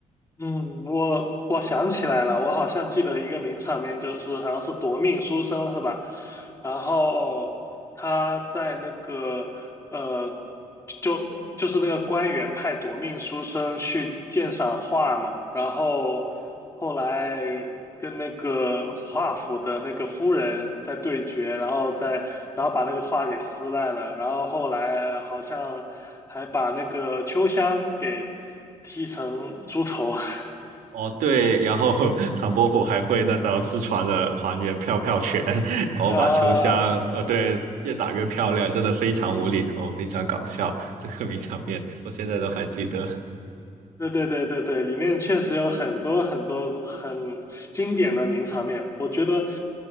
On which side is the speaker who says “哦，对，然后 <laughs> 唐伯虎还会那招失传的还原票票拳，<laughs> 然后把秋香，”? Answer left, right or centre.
Right